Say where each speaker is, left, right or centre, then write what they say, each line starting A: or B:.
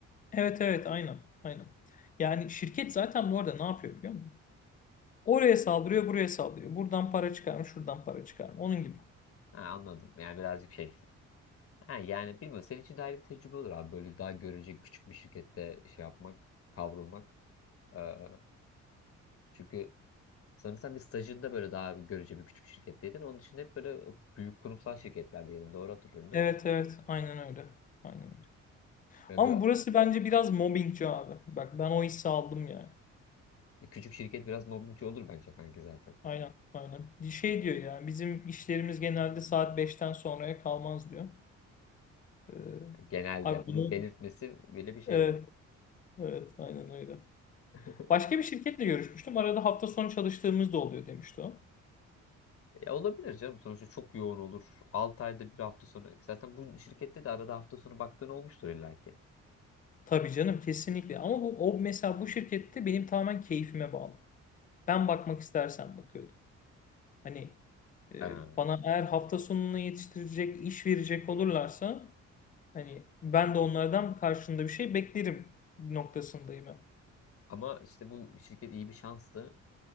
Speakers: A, on the left; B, on the left.
A: Evet evet aynen aynen. Yani şirket zaten bu arada ne yapıyor biliyor musun? Oraya saldırıyor buraya saldırıyor. Buradan para çıkar mı şuradan para çıkar mı onun gibi.
B: Ha, anladım. Yani birazcık şey. Ha, yani bilmiyorum. Senin için de ayrı bir tecrübe olur abi. Böyle daha görece küçük bir şirkette şey yapmak, kavrulmak. Ee, çünkü sanırsam bir stajında böyle daha bir görece bir küçük şirketteydin. Onun dışında hep böyle büyük kurumsal şirketlerdeydin. Doğru hatırlıyorum değil
A: Evet
B: mi?
A: evet aynen öyle. Aynen öyle.
B: Ve
A: Ama
B: böyle
A: burası bence biraz mobbingci abi. Bak ben o hissi aldım yani.
B: küçük şirket biraz mobbingçi olur bence kanki zaten.
A: Aynen, aynen. Şey diyor ya, bizim işlerimiz genelde saat beşten sonraya kalmaz diyor. Ee,
B: Genelde
A: abi
B: bunu
A: bunu,
B: belirtmesi bile bir şey
A: evet,
B: zaten.
A: evet, aynen öyle.
B: <laughs>
A: Başka bir şirketle görüşmüştüm. Arada hafta sonu çalıştığımız da oluyor demişti o.
B: Ya olabilir canım. Sonuçta çok yoğun olur. 6 ayda bir hafta sonu. Zaten bu şirkette de arada hafta sonu baktığın olmuştur illaki.
A: Tabii canım, kesinlikle. Ama bu o mesela bu şirkette benim tamamen keyfime bağlı. Ben bakmak istersen bakıyordum. Hani e,
B: Ee,
A: bana eğer hafta sonunu yetiştirecek, iş verecek olurlarsa hani ben de onlardan karşında bir şey beklerim noktasındayım.
B: ama işte bu şirket iyi bir şanstı.